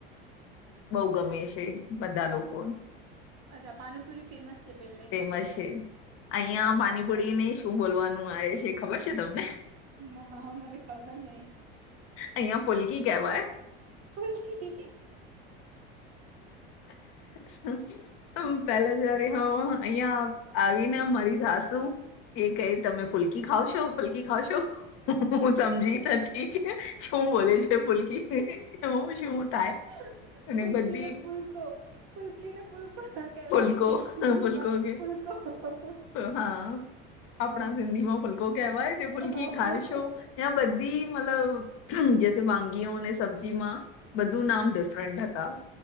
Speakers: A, on the left (about 50°); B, on the right (about 55°).
A: બઉુ ગમે છે બધા લોકો,
B: અચ્છા પાાનપુરી ફેમસ છે, પેલે
A: ફેમસ છે, અહિયાં
B: અચ્છા
A: પાનીપુરી ને શું બોલવાનું આવે છે, ખબર છે, તમને
B: હ હાને ખબર નહી
A: અહિયાં ફુલકી કેવાય
B: ફુલકી
A: હ મ પેલા જવારે હ અહિયાં આવી ને મારી સાસુ એ કઈ તમે ફુલકી ખાવ છો પલકી ખાવ છો હું સમજી ત ઠીક શું બોલે છેુલ <unintelligible> શું <unintelligible>
B: <unintelligible>
A: અને
B: ફુલકીને
A: બધી
B: ફુલકો ફુલકીને ફૂલકો ના <unintelligible> કહેવાય
A: ફુલકો
B: <unintelligible> સિંધીમાં
A: ફુલકો કે
B: ફુલકો <unintelligible>
A: હા, આપણા સિંધી માં ફૂલકો કેહેવાય તે ફુલકી
B: હા
A: ખાયશો.
B: ફૂલકો
A: ત્યાં બધી મતલબ જે વાગીઓ અને સબ્જીમાં બધું નામ ડિફરન્ટ હતા,